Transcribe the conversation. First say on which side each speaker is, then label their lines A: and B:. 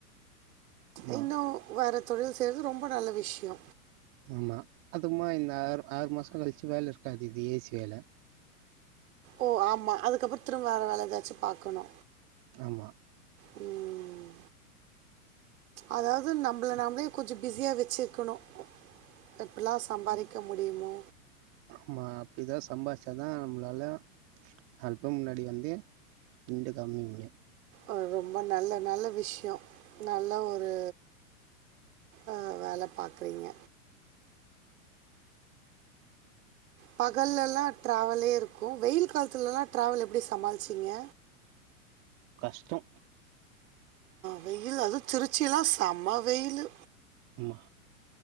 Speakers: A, on the right; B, on the right.
A: ஆமாம்
B: இன்னு வேற தொழில் செய்றது ரொம்ப நல்ல விஷ்யோ
A: ஆமா அதுமா இந்த ஆறு ஆறு மாசம் கழிச்சு வேலை இருக்காது இந்த ஏசி வேலை
B: ஓ ஆமா அதுக்கப்புறம் திரும்ப வேற வேலை ஏதாச்சும் பாக்கணு
A: ஆமா
B: ம் அதாவது நம்மள நாம்மளே கொஞ்சம் பிஸியா வச்சிருக்கணு எப்டிலா சம்பாரிக்க முடியுமோ
A: ஆம்மா அப்டிதா சம்பாதிச்சாதா நம்ளால நாலு பேரு முன்னாடி வந்து நீண்டு காமிக் முடியு
B: ஒரு ரொம்ப நல்ல நல்ல விஷ்யோ நல்ல ஒரு அஹ் வேல பாக்குறீங்க பகல்லெலா டிரவலே இருக்கு வெயில் காலத்துலலெல்லா டிரவல் எப்டி சமாளிச்சிங்க
A: கஷ்டோ
B: வெயில் அதுவு திருச்சியெல்லா செம வெயிலு
A: ஆமா